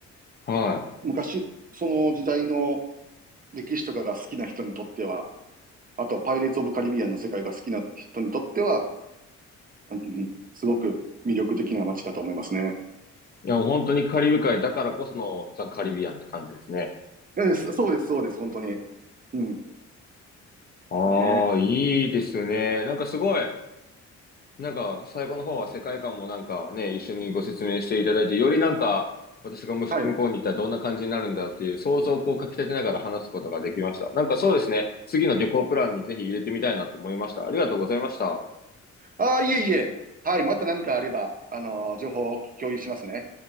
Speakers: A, on the left (about 35°); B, on the right (about 30°).
A: はい。
B: 昔、その時代の歴史とかが好きな人にとっては、あとはパイレーツ・オブ・カリビアンの世界が好きな人にとっては、うんすごく魅力的な街だと思いますね。
A: いや、本当にカリブ海だからこそのザ・カリビアンって感じですね。
B: えそそうです、そうです、本当に。うん、
A: ああ、
B: ね。
A: いいですね。なんかすごい、なんか最後の方は世界観もなんかね、一緒にご説明していただいて、よりなんか私がむ向こうに行ったらどんな感じになるんだろうっていう想像をこうかき立てながら話すことができました。
B: はい。
A: なんかそうですね、次の旅行プランにぜひ入れてみたいなと思いました。ありがとうございました。
B: ああ、いえいえ。はい、また何かあれば、あのー情報を共有しますね。